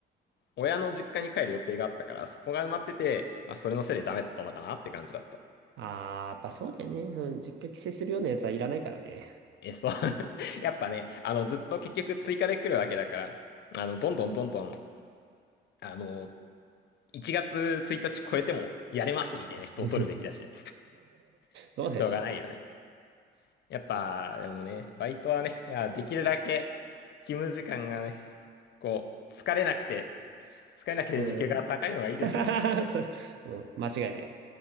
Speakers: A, on the left; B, on the right.
A: 親の実家に帰る予定があったから、そこが埋まってて、まあ、それのせいでダメだったのかなって感じだった。
B: ああ、やっぱそうだよね。その、実況規制するようなやつはいらないからね。
A: え、そう。<laughs> やっぱね、あの、ずっと結局追加で来るわけだから、あの、どんどんどんどん、あの、1月1日超えてもやれますみたいな人を取るべきだし、
B: <laughs>
A: <laughs>
B: そうだよね。
A: しょうがないよね。やっぱ、でもね、バイトはね、いや、できるだけ勤務時間がね、こう、疲れなくて、使えなきゃ時給が高いのがいいですよ。
B: うん。<laughs> それ、うん、間違いない。